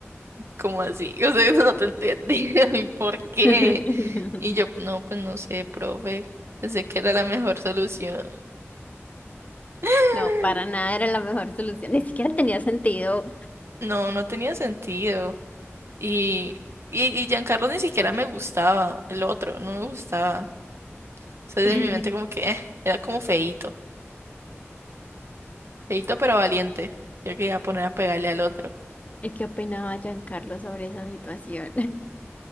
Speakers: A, on the right; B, on the left.
A: como así. <laughs> O sea, no te entendí. <laughs> ¿Y por qué?
B: <laughs>
A: Y yo, no, pues no sé, profe. Pensé que era la mejor solución. <laughs>
B: No, para nada era la mejor solución. Ni siquiera tenía sentido.
A: No, no tenía sentido. Y, y, y Giancarlo ni siquiera me gustaba, el otro, no me gustaba. O sea,
B: <laughs>
A: en mi mente como que eh, era como feíto, feíto pero valiente. Yo quería poner a pegarle al otro.
B: ¿Y qué opinaba Giancarlo sobre esa situación? <laughs>